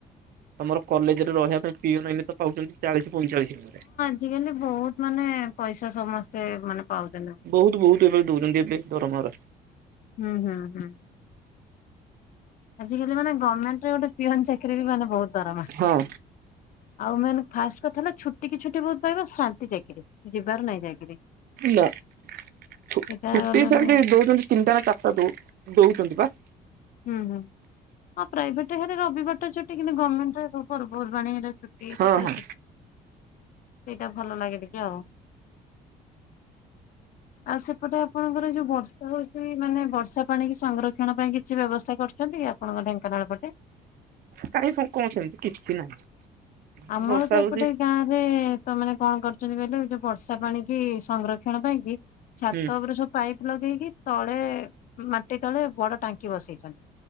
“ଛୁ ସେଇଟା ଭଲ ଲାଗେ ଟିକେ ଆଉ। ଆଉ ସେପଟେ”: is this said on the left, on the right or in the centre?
Left